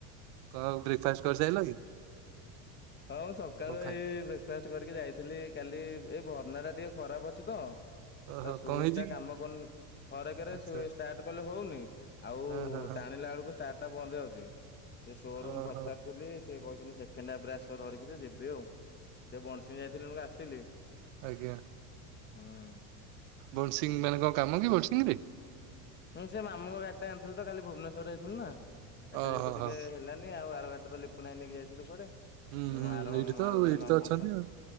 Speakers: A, on the right; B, on the left.
A: ହଉ ବ୍ରେକ ଫାଷ୍ଟ କରି ସରିଲଣି?
B: ହଉ ଏଇ ସକାଳୁ
A: ଖାଇ
B: ଏଇ ଦେଖ ବ୍ରେକ ଫାଷ୍ଟ କରିକି ଯାଇଥିଲି କାଲି ଏଇ ବର୍ଣ୍ଣନା ଟା ଟିକେ ଖରାପ ଅଛି ତ?
A: ଓହୋ
B: ତା ସୁଇଚ
A: କଣ ହେଇଛି
B: ଟା
A: କି
B: କାମ କରୁନି ଥରକରେ
A: ଆଚ୍ଛା
B: ସୁଇ ଷ୍ଟାର୍ଟ କଲେ ହଉନି। ଆଉ
A: ହଁ ହଁ ହଁ
B: ଟାଣିଲା ବେଳକୁ ଷ୍ଟାଟ୍ ଟା ବନ୍ଦ ହେଇ ଯାଉଛି ସେ ସୋରୁମ୍
A: ଓହୋ।
B: ପଚାରୁଥିଲି ସେ କହିଛନ୍ତି ସେଠି କେଣ୍ଡା ପ୍ରାସର ଆସ ଧରିକିରି ଯିବି ଆଉ ଟିକେ ବଣସିଂ ଯାଇଥିଲି ଆସିଲି
A: ଆଜ୍ଞା।
B: ହଁ।
A: ବନ୍ସିଂ ମାନେ କଣ କାମ କି ବନ୍ସିଂ ରେ।
B: ହୁଁ ସେ ମାମୁଁ ଙ୍କ ଗାଡି ଟା ଆଣିଥିଲୁ ତ କାଲି ଭୁବନେଶ୍ୱର ଯାଇଥିଲୁ ନା। ଏଟା
A: ଓହୋ
B: ଯେହେତୁ ଟିକେ
A: ହୋ
B: ହେଲାନି ଆଉ ଆର ଗାଡ଼ି ଟା ତ ପୁଣି ନେଇକି ଯାଇଥିଲୁ କୁଆଡେ
A: ହୁଁ ହୁଁ
B: ଆର ମାମୁଁ
A: ଏଇଠି ତ
B: ଆଉ ଜଣେ
A: ଏଇଠି
B: ମାମୁଁ
A: ତ
B: ଅଛନ୍ତି
A: ଆଉ